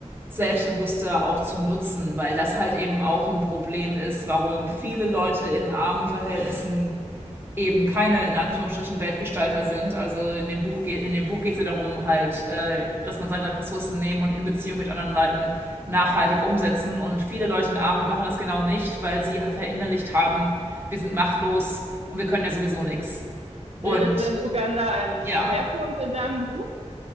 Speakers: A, on the right; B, on the right.
A: selbstbewusster auch zu nutzen, weil das halt eben auch ein Problem ist, warum viele Leute in armen Verhältnissen eben keine in Anführungsstrichen Weltgestalter sind. Also in dem Buch geht in dem Buch geht es ja darum halt, äh, dass man seine Ressourcen nehmen und in Beziehung mit anderen Leuten nachhaltig umsetzen. Und viele Leute in Armut machen das genau nicht, weil sie verinnerlicht haben, wir sind machtlos und wir können ja sowieso nichts.
B: Bildet
A: Und
B: denn Uganda einen Schwerpunkt
A: ja,
B: in deinem Buch?